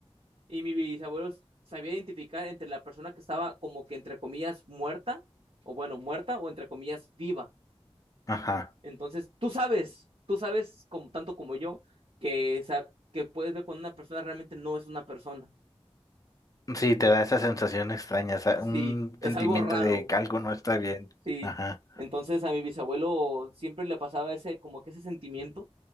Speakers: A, on the right; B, on the left.
A: y mi bisabuelo s- sabía identificar entre la persona que estaba como que entre comillas muerta o bueno, muerta o entre comillas viva.
B: Ajá.
A: Entonces, tú sabes, tú sabes como, tanto como yo que, sa- que puedes ver cuando una persona realmente no es una persona.
B: Sí, te da esa sensación extraña, esa-
A: Sí,
B: un
A: es
B: sentimiento
A: algo raro,
B: de que algo no está bien.
A: sí.
B: Ajá.
A: Entonces a mi bisabuelo siempre le pasaba ese, como que ese sentimiento